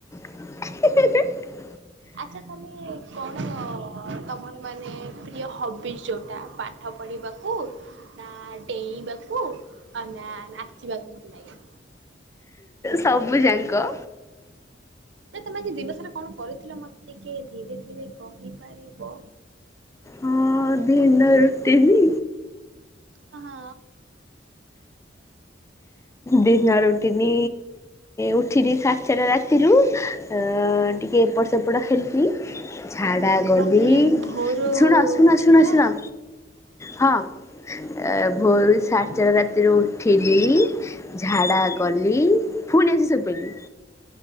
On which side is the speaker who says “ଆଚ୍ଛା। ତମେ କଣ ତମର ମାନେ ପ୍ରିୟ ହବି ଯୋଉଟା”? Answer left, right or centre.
Right